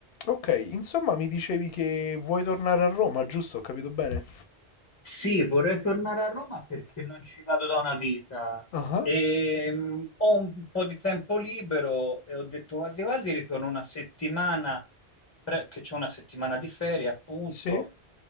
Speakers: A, on the left; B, on the left.
A: Ok, insomma mi dicevi che vuoi tornare a Roma, giusto? Ho capito bene?
B: Sì, vorrei tornare a Roma perché non ci vado da una vita.
A: Ah,
B: E, mh, ho un po' di tempo libero e ho detto quasi quasi ritorno una settimana, pre- che c'è una settimana di ferie appunto.
A: sì?